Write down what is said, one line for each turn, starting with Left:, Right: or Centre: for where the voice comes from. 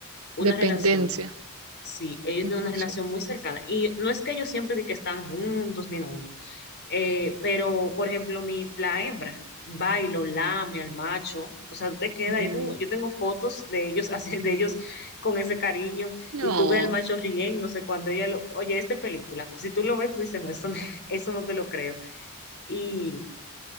Left: una
Right: Dependencia.
Left: relación, sí, ellos
Right: No
Left: tienen una relación
Right: sé.
Left: muy cercana. Y no es que ellos siempre de que están juntos ni nada. no. Eh, pero, por ejemplo, mi, la hembra va y lo lame al macho. O sea, tú te quedas.
Right: Mm,
Left: Yo tengo, yo tengo fotos de ellos, <laughs> así, de ellos con ese cariño.
Right: No,
Left: Y tú ves al macho riéndose cuando ella lo. Oye, esta película. Si tú lo ves, tú dices, no, eso no, <laughs> eso no te lo creo. Y